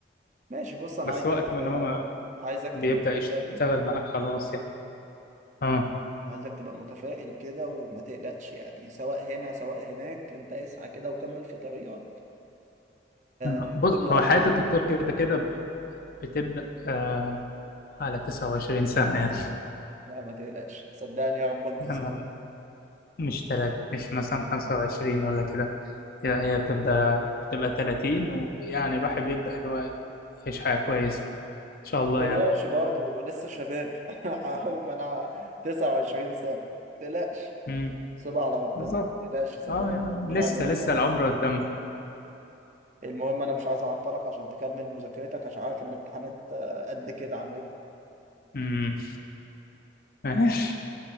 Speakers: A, on the right; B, on the left.
A: ماشي بص انا
B: بس
A: عايزك
B: وقت ما إن هو ما
A: عايزك
B: بيبدا
A: تبقى متفائل
B: يشتغل معاك خلاص يعني اه
A: عايزك تبقى متفائل كده وما تقلقش يعني سواء هنا سواء هناك انت اسعى كده وكمل في طريقك
B: آه،
A: وكله
B: بص هو
A: هيمشي
B: حياة الدكتور كده كده ب- بتبدأ آه على 29 سنة يعني
A: لا ما تقلقش صدقني يا ربك بيسهل
B: يعني ما- مش تلات مش مثلا 25 ولا كده يعني هي بتبدأ بتبقى 30 ويعني الواحد بيبدأ اللي هو يعيش حياة كويسة إن شاء الله
A: ما
B: يعني
A: تقلقش برضه لسه شباب <laughs> اهو ما انا 29 سنة ما تقلقش
B: امم
A: سيبها على ربنا
B: بالظبط
A: ما تقلقش صدقني
B: اه يعني
A: ربنا
B: لسه
A: هيوفقك
B: لسه العمر قدام
A: المهم انا مش عايز اعطلك عشان تكمل مذاكرتك عشان عارف الامتحانات آه، قد كده عندكم
B: امم ماشي